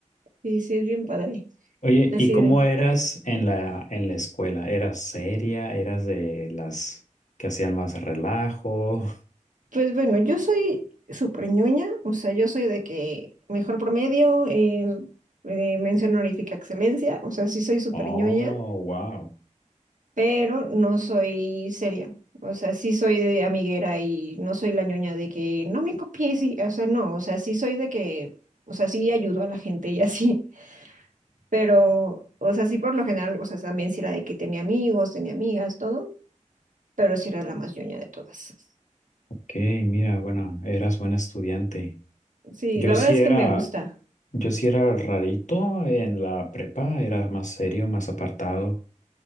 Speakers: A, on the right (about 80°); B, on the left (about 70°).
A: Sí, sí, es bien padre,
B: Oye,
A: así
B: ¿y cómo
A: de.
B: eras en la en la escuela? ¿Eras seria? ¿Eras de las que hacían más relajo?
A: Pues bueno, yo soy súper ñoña, o sea, yo soy de que mejor promedio, eh, eh, mención honorífica excelencia, o sea, sí soy súper
B: Oh,
A: ñoña,
B: wow.
A: pero no soy seria, o sea, sí soy de amiguera y no soy la ñoña de que no me copies, y, o sea, no, o sea, sí soy de que, o sea, sí ayudo a la gente y así, <laughs> pero, o sea, sí por lo general, o sea, también sí era de que tenía amigos, tenía amigas, todo, pero sí era la más ñoña de todas.
B: Ok, mira, bueno, eras buen estudiante.
A: Sí,
B: Yo
A: la
B: sí
A: verdad es
B: era,
A: que me gusta.
B: yo sí era rarito en la prepa, era más serio, más apartado.